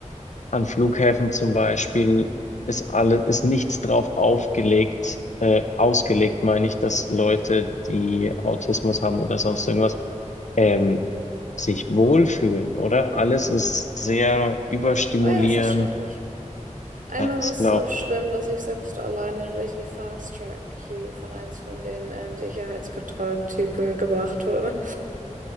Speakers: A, on the left; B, on the right.
A: An Flughäfen zum Beispiel ist alles, ist nichts drauf aufgelegt, äh, ausgelegt, meine ich, dass Leute, die Autismus haben oder sonst irgendwas, ähm, sich wohlfühlen, oder? Alles ist sehr überstimulierend.
B: Oh ja, es ist schrecklich. Einmal
A: Ja, ich
B: war es
A: glaube.
B: so schlimm,
A: <laughs>
B: dass ich selbst alleine durch die Fast Track hier von eins von den ähm, Sicherheitskontrollentypen gebracht wurde.